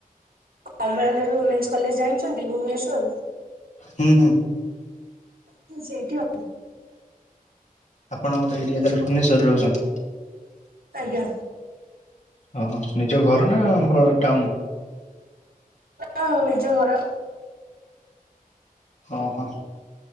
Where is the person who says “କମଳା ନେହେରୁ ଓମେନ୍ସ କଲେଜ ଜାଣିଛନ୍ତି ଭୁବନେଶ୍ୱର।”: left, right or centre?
Right